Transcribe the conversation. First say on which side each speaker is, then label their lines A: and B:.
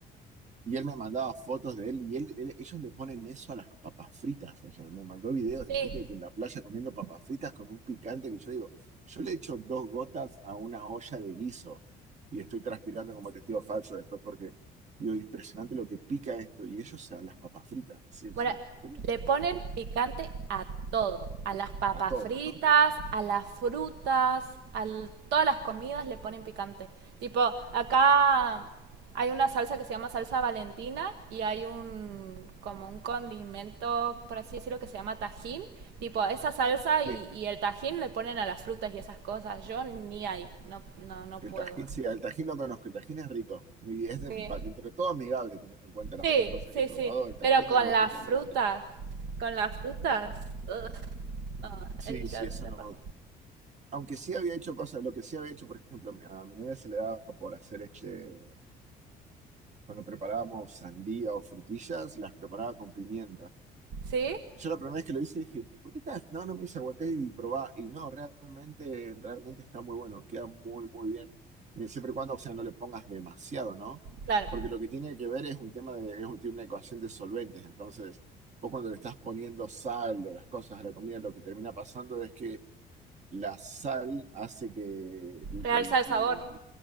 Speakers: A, on the right; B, on the right.
A: y él me mandaba fotos de él y él, él- ellos le ponen eso a las papas fritas. O sea, me mandó videos
B: sí.
A: de gente en la playa comiendo papas fritas con un picante que yo digo, yo le echo dos gotas a una olla de guiso y estoy transpirando como testigo falso después porque digo, impresionante lo que pica esto. Y ellos a las papas fritas, sí, encima,
B: Bueno,
A: ¿cómo?
B: le ponen picante a todo, a las papas
A: A todo,
B: fritas,
A: ¿no?
B: a las frutas, a todas las comidas le ponen picante. Tipo, acá hay una salsa que se llama salsa valentina y hay un como un condimento, por así decirlo, que se llama tajín. Tipo, esa salsa y,
A: Sí,
B: y el tajín le ponen a las frutas y esas cosas. Yo ni ahí, no, no, no
A: el
B: puedo.
A: tajín, sí, el tajín lo conozco, el tajín es rico y es de-
B: Sí,
A: va- entre todo amigable, teniendo en cuenta las
B: sí,
A: otras cosas
B: sí,
A: que he probado,
B: sí.
A: el tajín
B: Pero con
A: es bastante
B: las
A: amigable.
B: frutas, con las frutas. ugh. No,
A: Sí,
B: ahí
A: sí,
B: ya
A: eso
B: la
A: no,
B: paso.
A: Aunque sí había hecho cosas, lo que sí había hecho, por ejemplo, a mi, a mi novia se le daba por hacer este, cuando preparábamos sandía o frutillas, las preparaba con pimienta.
B: ¿Sí?
A: Yo la primera vez que lo hice dije, ¿por qué estás? No, no me dice, aguanté y probá. Y no, realmente, realmente está muy bueno, queda muy, muy bien. Y Siempre y cuando, o sea, no le pongas demasiado, ¿no?
B: Claro.
A: Porque lo que tiene que ver es un tema de, es un, tiene una ecuación de solventes. Entonces, vos cuando le estás poniendo sal o las cosas a la comida, lo que termina pasando es que la sal hace que el,
B: Realza el sabor.